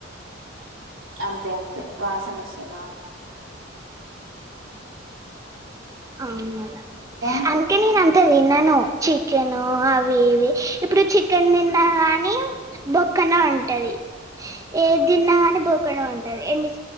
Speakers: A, on the right; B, on the right.
A: అంతే అంతే వాసన వస్తదా
B: అవును మళ్ళ
A: ఇంకా
B: అందుకే నేను అ త తిన్నను చికెను అవి ఇవి ఇప్పుడు చికెన్ తిన్నా గాని బొ క్కనే ఉంటది ఏ దిన్నాగాని బుగ్గనే ఉంటది ఎన్ని